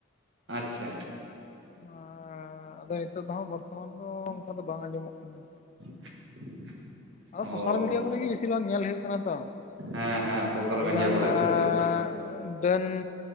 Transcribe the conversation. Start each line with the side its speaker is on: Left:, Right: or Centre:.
Right: ᱟᱪᱪᱷᱟ
Left: ᱟᱸᱻ ᱟᱫᱚ ᱱᱤᱛᱳᱜ ᱫᱚ ᱦᱟᱸᱜ ᱵᱚᱨᱛᱚᱢᱟᱱ ᱫᱚ ᱚᱱᱠᱟ ᱫᱚ ᱵᱟᱝ ᱟᱸᱡᱚᱢᱚᱜ ᱠᱟᱱᱟ᱾
Right: <inaudible>
Left: ᱟᱫᱚ
Right: ᱚ
Left: ᱥᱳᱥᱟᱞ ᱢᱤᱰᱤᱭᱟ ᱠᱚᱨᱮ ᱜᱮ ᱵᱮᱥᱤᱨ ᱵᱷᱟᱜ ᱧᱮᱞ ᱦᱩᱭᱩᱜ ᱠᱟᱱᱟ ᱛᱚ᱾
Right: ᱦᱮᱸ ᱦᱮᱸ ᱥᱳᱥᱟᱞ
Left: ᱟᱰᱤᱜᱟᱱ
Right: ᱢᱤᱰᱤᱭᱟ ᱠᱚᱨᱮ ᱜᱮ
Left: ᱟᱸᱻ
Right: ᱵᱮᱥᱤᱨ ᱵᱷᱟᱜᱽ
Left: ᱰᱟᱹᱱ